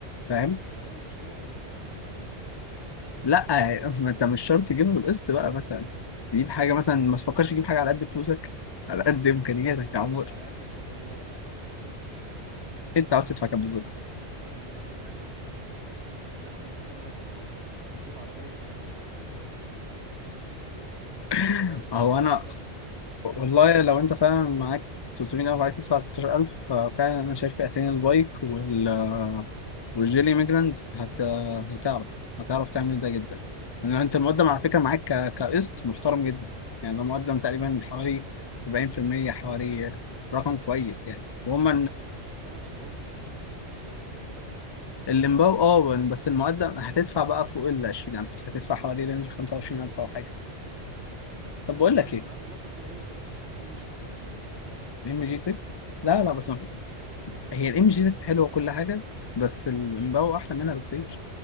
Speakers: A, on the left; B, on the right.
A: فاهم
B: ما هو المشكلة في القسط يا عمي المشكلة
A: لا
B: في القسط
A: ما انت مش شرط تجيبها بالقسط بقى مثلا تجيب حاجه مثلا ما تفكرش تجيب حاجه على قد فلوسك على قد امكانياتك
B: معايا
A: يا
B: ماشي
A: عمر
B: على قد الفلوس اللي هو يبقى بكام
A: انت عاوز تدفع كام بالظبط
B: يعني مثلا انا اديت معايا 300000 ألف دلوقتي اللي احسن احطهم مقدم مقسط ولا اجيب عربيه ولا اجيب توك توك ولا اجيب مثلا
A: <laughs>
B: اجيب يا اصل
A: هو
B: مفيش حاجه 300000
A: انا
B: ألف يعني
A: والله لو انت فعلا معاك 300000 وعايز تدفع 16000 ففعلا انا شايف فئتين البايك وال... والجيلي ميجراند هت... هتعرف هتعرف تعمل ده جدا لان انت المقدم على فكره معاك ك... كقسط محترم جدا يعني ده مقدم تقريبا حوالي 40% حوالي رقم كويس يعني وهم
B: بس بصراحه ال- أنا بصراحه الامباو دي مغريه قوي بصراحه يعني
A: الليمباو اه بس المقدم هتدفع بقى فوق ال 20000 هتدفع حوالي رينج 25000 او حاجه طب
B: او
A: بقول
B: مثلا
A: لك ايه
B: عارف اللي ارخص منها ايه الام جي 6
A: الام جي 6
B: ارخص
A: لا لا بس
B: من الامباو
A: ما في هي الام جي 6 حلوه كل حاجه بس الليمباو احلى منها بكتير